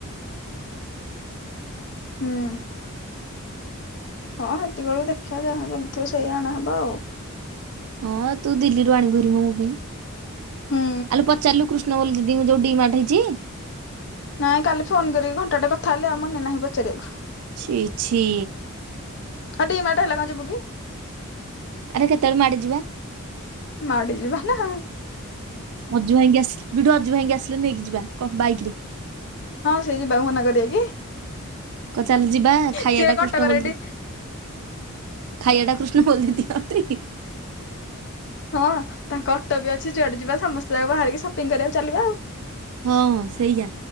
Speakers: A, on the left (about 55°); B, on the right (about 80°).
A: ହୁଁ। ହଁ ହେତିକି ବେଳୁ ଦେଖିଆ ଯାହା ଯେମି ଥିବ ସେଇଆ ଆଣା ହବ ଆଉ।
B: ହଁ ତୁ ଦିଲ୍ଲୀରୁ ଆଣିବୁ ହାରି ମ ମୋ ପାଇଁ
A: ହୁଁ।
B: ଆଲୋ ପଚାରଲୁ କୃ ନ ଓଲି ଦିଦିଙ୍କୁ ଯୋଉ ଡିମାଟ୍ ହେଇଚି।
A: ନାଇଁ କାଲି ଫୋନ୍ କରିକି ଘଣ୍ଟାଟେ କଥା ହେଲେ ଆଉ ମନେ ନାହିଁ ପଚାରିଆକୁ।
B: ଛି ଛି।
A: ହଁ ଡିମାଟ୍ ହେଲା କଁ ଯିବୁ କି?
B: ଆରେ କେତଳେ ମାଡ଼ିଯିବା।
A: ମାଡିଯିବା ନାଁ
B: ଅଜୁ ଭାଇଙ୍କି ଆସିଲି ବିଡ଼ୁ ଅଜୁ ଭାଇଙ୍କି ଆସିଲେ ନେଇକି ଯିବା କ ବାଇକରେ।
A: ହଁ ସେ ଯିବାକୁ ମନା କରିବେ କି?
B: କ ଚାଲ ଯିବା ଖାଇବାଟା
A: ସିଏ କଟକରେ
B: କୃଷ୍ଣ ବୋଲଦୁ
A: ଏଠି
B: ଖାଇବା ଟା କୃଷ୍ଣ ବୋଲି ଦିଅନ୍ତି।
A: ହଁ ତାଙ୍କ ଅଟୋ ବି ଅଛି ଯୁଆଡେ ଯିବା ସମସ୍ତେ ଯାକ ବାହାରିକି ସପିଙ୍ଗ କରିବାକୁ ଚାଲିବା ଆଉ।
B: ହଁ ସେଇଆ